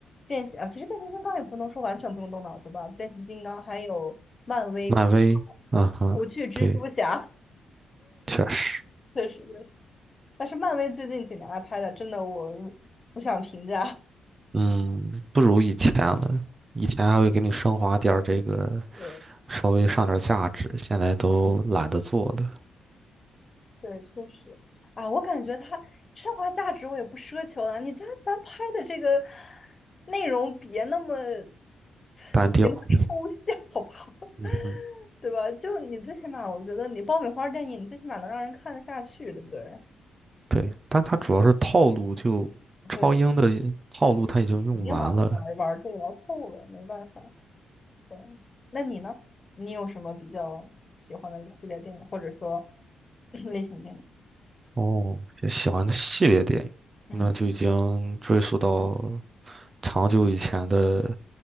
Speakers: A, on the left; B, on the right.
A: 变形啊，其实变形金刚也不能说完全不用动脑子吧，变形金刚还有漫威《哭
B: 漫威，啊哈，
A: 不去蜘蛛侠》，
B: 对，确实。
A: 确实，也是，但是漫威最近几年来拍的，真的我不想评价。
B: 嗯，不如以前了。以前还会给你升华点儿这个，
A: 对
B: 稍微上点儿价值，现在都懒得做了，
A: 对，确实，啊，我感觉它升华价值我也不奢求了。你咱咱拍的这个内容别那么 <laughs>
B: 单调。
A: 别那么抽象，好不好？<laughs>
B: 嗯哼，
A: 对吧？就你最起码，我觉得你爆米花电影，你最起码能让人看得下去，对不对？
B: 对，但它主要是套路就，超英的套路它已经用完了。
A: 对，已经玩儿玩玩这个玩透了，没办法。对，那你呢？你有什么比较喜欢的系列电影，或者说 <clears throat> 类型电影？
B: 哦，也喜欢的系列电影，
A: 嗯，
B: 那就已经追溯到
A: 《哈
B: 长久以前的。